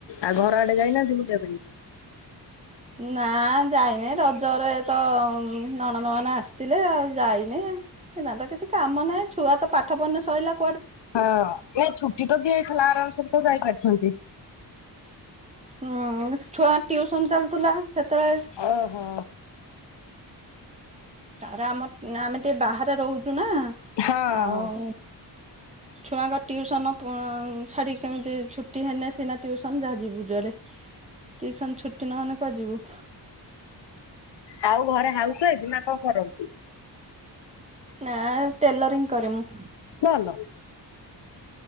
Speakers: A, on the left; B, on the right.
A: ଆଉ ଘର ଆଡେ ଯାଇନାହାନ୍ତି ବୁଲିବା ପାଇଁ?
B: ନା ଯାଇନି ରଜରେ ତ ନଣନ୍ଦ ମାନେ ଆସିଥିଲେ। ଆଉ ଯାଇନି? ଏଇନା ତ କିଛି କାମ ନାହିଁ ଛୁଆ ତ ପାଠ ପଢନୁ ସରିଲା।
A: ହଁ ନା ଛୁଟି ତ ଦିଆ ହେଇଥିଲା ଆରାମସରେ ତ ଯାଇପାରିଥାନ୍ତି।
B: ହୁଁ ଛୁଆ ଟିଉସନ ଚାଲୁଥିଲା ସେତେବେଳେ?
A: ଓହୋ।
B: ତାର ଆମ ଆମେ ଟିକେ ବାହାରେ ରହୁଛୁ ନା
A: ହଁ
B: ଆଉ।
A: ହଁ
B: ଛୁଆଙ୍କ ଟିଉସନ ଛାଡିିକି କେମିତି ଛୁଟି ହେନା ସିନା ଟିଉସନ ଯାହା ଯିବୁ ଜୁଆଡେ? ଟ୍ଯୁସନ୍ ଛୁଟି ନହେଲେ କୁଆଡେ ଯିବୁ?
A: ଆଉ ଘରେ ହାଉସ୍ ୱାଇଫ୍ ନା କଣ କରନ୍ତି?
B: ନା-ଆ-ଆ ଟେଲରିଂ କରେ ମୁଁ।
A: ଭଲ।